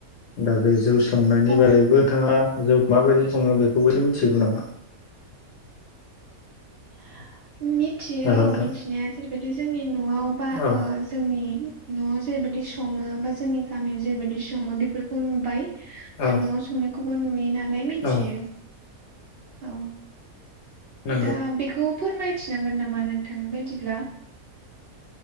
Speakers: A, on the left; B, on the right.
A: दा बे जौ संनायनि
B: औ
A: बारैबो नोंथाङा जौ माबायदि सङो बेखौबो एसे मिथिगौ नामा?
B: <inaudible> मिथियो
A: हेल' नोंथां
B: औ मिथिनाया जेरैबायदि जोंनि न'आव बा
A: औ
B: ओ जोंनि न'आव जेरैबायदि सङो बा जोंनि गामियाव जेरैबायदि सङो बेफोरखौ नुबाय। बा
A: औ
B: न'आव संनायखौबो नुयो नालाय मिथियो
A: औ
B: औ।
A: नांगौ
B: दा बेखौ फोरमायथिनांगोन नामा नोंथांनि बायदिब्ला?